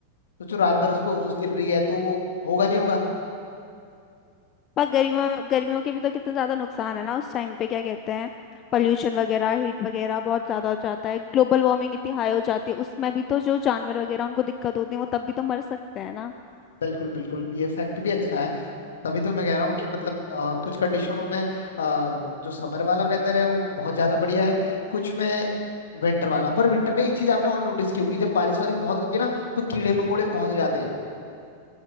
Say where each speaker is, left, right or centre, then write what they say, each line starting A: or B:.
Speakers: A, on the left; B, on the left.
A: सोचो रात भर उस पर ओस गिर रही है तो वो होगा नहीं होगा
B: पर गर्मियों गर्मियों के भी तो कितना ज्यादा नुकसान है ना उस टाइम पे क्या कहते हैं पॉल्यूशन वगैरह हीट वगैरह बहुत ज्यादा हो जाता है ग्लोबल वार्मिंग इतनी हाई हो जाती है उसमें भी तो जो जानवर वगैरह उनको दिक्कत होती है वो तब भी तो मर सकते हैं
A: बिल्कुल बिल्कुल ये फैक्ट भी अच्छा है तभी तो मैं कह रहा हूँ कि मतलब अ, कुछ कंडीशनों में अ, जो समर वाला वेदर है वो बहुत ज्यादा बढ़िया है कुछ में विंटर वाला पर विंटर में एक चीज आपने और नोटिस की होगी जब बारिश वारिश बहुत होती है ना तो कीड़े मकोड़े बहुत हो जाते हैं